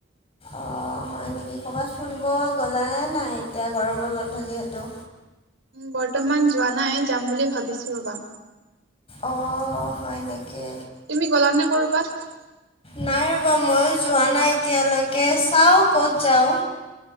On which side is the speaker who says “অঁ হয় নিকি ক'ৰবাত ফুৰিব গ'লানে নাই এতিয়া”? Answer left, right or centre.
Left